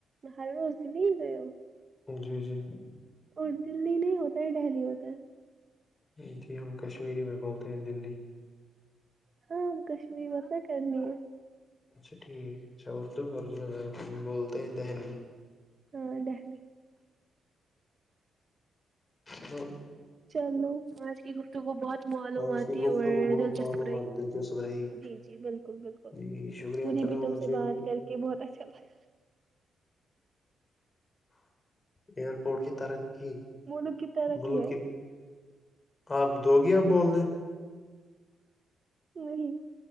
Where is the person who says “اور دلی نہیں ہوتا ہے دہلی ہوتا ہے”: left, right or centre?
Right